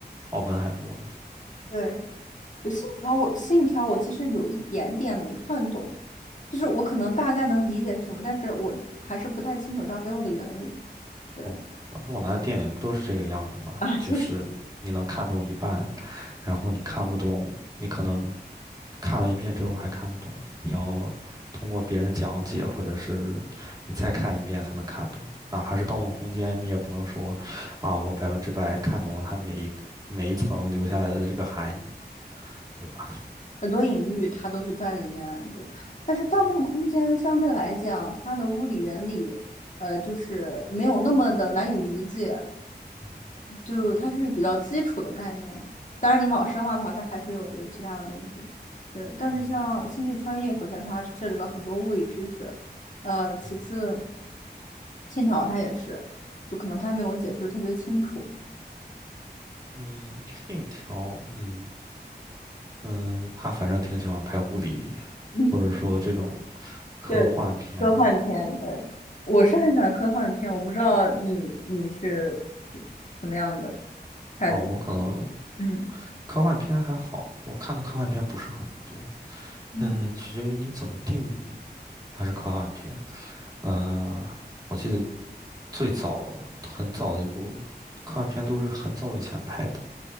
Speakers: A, on the right (about 20°); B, on the left (about 45°).
A: 《奥本海默》呢。
B: 对。信条我信条我其实有一点点没看懂，就是我可能大概能理解是什么，但是我还是不太清楚它背后的原理。对
A: 哦，那诺兰的电影不都是这个样的吗？
B: 啊，就是
A: 就是你能看懂一半，然后你看不懂，你可能看了一遍之后还看不懂，你要通过别人讲解，或者是你再看一遍才能看懂。哪怕是《盗梦空间》，你也不能说啊，我百分之百看懂了它每一每一层留下来的这个含义，对吧？
B: 很多隐喻它都是在里面。对，但是《盗梦空间》相对来讲，
A: 嗯
B: 它的物理原理，呃，就是没有那么的难以理解，
A: 嗯哼
B: 就它是比较基础的概念。当然，你往深挖的话，它还是有有其他的东西。对，但是像《星际穿越》，
A: 嗯。
B: 首先它涉及到很多物理知识，呃，
A: 嗯哼
B: 其次。信条它也是，就可能它没有解释特别清楚。
A: 嗯，信条，嗯嗯，他反正挺喜欢拍物理，
B: 嗯，
A: 或者说这种科幻片的。
B: 对，科幻片，对，我是很喜欢科幻片，我不知道你你是什么样的态度。
A: 哦，我可能
B: 嗯
A: 科幻片还好，我看的科幻片不是很多。
B: 嗯
A: 嗯，取决于你怎么定义它是科幻片。呃，我记得最早很早的一部科幻片都是很早以前拍的。